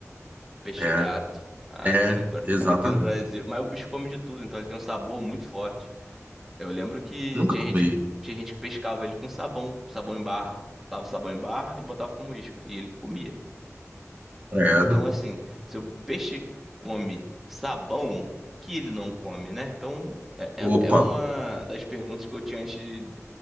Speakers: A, in the centre; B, on the right.
A: Peixe
B: É,
A: gato, aqui
B: é,
A: no, Bra- <laughs>
B: exatamente.
A: aqui no Brasil. Mas o bicho come de tudo, então ele tem um sabor muito forte. Eu lembro que
B: Nunca
A: tinha
B: comi.
A: gente que, tinha gente que pescava ele com sabão, sabão em barra. Botava o sabão em barra e botava como isca. E ele comia.
B: Credo.
A: Então, assim, se o peixe come sabão, o que ele não come, né? Então, é,
B: Opa.
A: é é uma das perguntas que eu tinha antes de